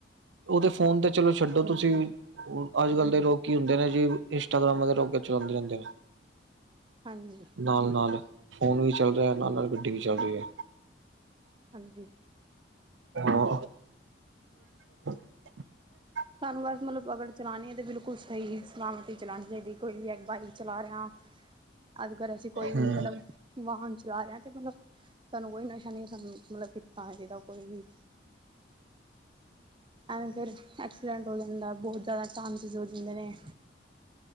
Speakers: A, on the right; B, on the right.
A: ਓਹਦੇ ਫੋਨ ਤੇ ਚਲੋ ਛੱਡੋ ਤੁਸੀਂ ਅੱਜ-ਕੱਲ ਦੇ ਲੋਕ ਕੀ ਹੁੰਦੇ ਨੇ ਜੀ ਇੰਸਟਾਗ੍ਰਾਮ ਵਗੈਰਾ ਓ ਕੇ ਚਲਾਂਦੇ ਰੈੰਦੇ ਨੇ।
B: ਹਾਂਜੀ।
A: ਨਾਲ-ਨਾਲ ਫੋਨ ਵੀ ਚੱਲ ਰਿਐ, ਨਾਲ-ਨਾਲ ਗੱਡੀ ਵੀ ਚੱਲ ਰੀ ਐ।
B: ਹਾਂਜੀ।
A: ਹਾਂ। <inaudible>
B: ਸਾਨੂੰ ਬਸ ਮਤਲਬ ਅਗਰ ਚਲਾਣੀ ਏ ਤੇ ਬਿਲਕੁਲ ਸਹੀ ਸਲਾਮਤ ਈ ਚਲਾਣੀ ਚਾਈਦੀ ਏ। ਕੋਈ ਵੀ ਬਾਈਕ ਚਲਾ ਰਿਆ ਅੱਜਗਰ ਅਸੀਂ ਕੋਈ ਵੀ
A: ਹਮ
B: ਮਲਬ ਵਾਹਨ ਚਲਾ ਰਿਆ ਤੇ ਮਤਲਬ ਸਾਨੂੰ ਕੋਈ ਨਸ਼ਾ ਨ੍ਹੀਂ ਸਾਨੂੰ ਮਤਲਬ ਕੀਤਾ ਹੋਣਾ ਚਾਈਦਾ ਕੋਈ ਵੀ। ਐਵੇਂ ਫੇਰ ਐਕਸੀਡੈਂਟ ਹੋ ਜਾਂਦੈ। ਬੌਤ ਜੈਦਾ ਚਾਂਸਿਸ ਹੋ ਜਾਂਦੇ ਨੇ।